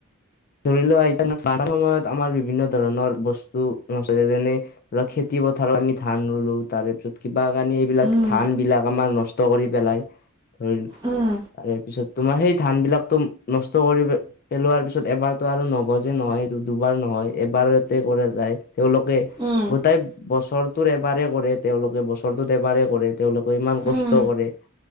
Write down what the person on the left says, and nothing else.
ধৰি লোৱা এতিয়া বানৰ সময়ত আমাৰ বিভিন্ন ধৰণৰ বস্তু আছে যেনে অ' খেতি পথাৰত আমি ধান ৰুলো তাৰ পিছত কিবা কানি এইবিলাক
ধানবিলাক আমাক নষ্ট কৰি পেলাই, ধৰিল
তাৰে পিছত তোমাৰ সেই ধান বিলাকতো নষ্ট কৰি পে-পেলোৱাৰ পিছত তাৰপিছত এবাৰতো আৰু নগজে নহয় দুবাৰ নহয় এবাৰতে কৰে যায়। তেওঁলোকে
গোটাই বছৰ টোৰ এবাৰে কৰে তেওঁলোকে বছৰটোত এবাৰে কৰে তেওঁলোকে ইমান কষ্ট
কৰে।